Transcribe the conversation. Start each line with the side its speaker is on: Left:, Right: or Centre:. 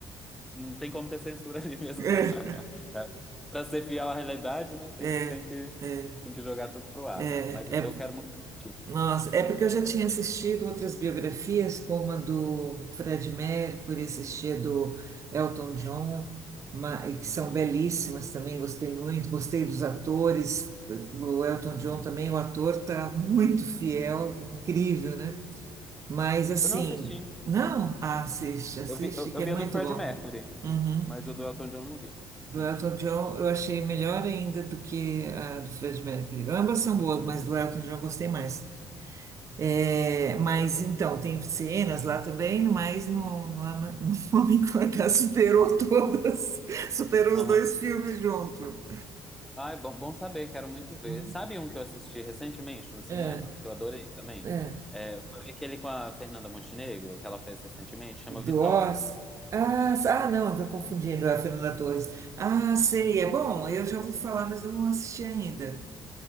Centre: não tem como ter censura <laughs> ali mesmo,
Right: <laughs>
Centre: não. <laughs> Para ser fiel à realidade, né, tem
Right: É,
Centre: que, tem que,
Right: é,
Centre: tem que jogar tudo pro ar.
Right: é,
Centre: Mas
Right: é,
Centre: eu quero muito assistir.
Right: nossa, é porque eu já tinha assistido outras biografias, como a do Fred Mercury, assisti a do Elton John, ma- e que
Centre: Uhum,
Right: são belíssimas também, gostei muito, gostei dos atores. O Elton John
Centre: uhum.
Right: também, o ator tá muito fiel, incrível, né? Mas assim,
Centre: Eu não assisti.
Right: não, assiste, assiste,
Centre: Eu vi, eu,
Right: que
Centre: eu
Right: é
Centre: vi
Right: muito
Centre: a do Fred
Right: bom.
Centre: Mercury,
Right: Uhum.
Centre: mas o do Elton John eu não vi.
Right: Do
Centre: Hum.
Right: Elton John eu achei melhor ainda do que a do Fred Mercury. Ambas são boas, mas do Elton John eu gostei mais. É, mas então, tem cenas lá também, mas no, no, Ama- <laughs> no Homem que Mordeu superou todas, <laughs> superou
Centre: Aham.
Right: os dois filmes junto.
Centre: Ai, bom, bom saber, quero muito ver.
Right: Hum.
Centre: Sabe um que eu assisti recentemente no cinema,
Right: É,
Centre: que eu adorei também?
Right: é.
Centre: É, foi aquele com a Fernanda Montenegro, que ela fez recentemente, chama
Right: Do
Centre: Vitória.
Right: Oz. Ah, s- ah,
Centre: Hum.
Right: não, estou confundindo é a Fernanda Torres. Ah, sei, é bom, eu já ouvi falar, mas eu não assisti ainda.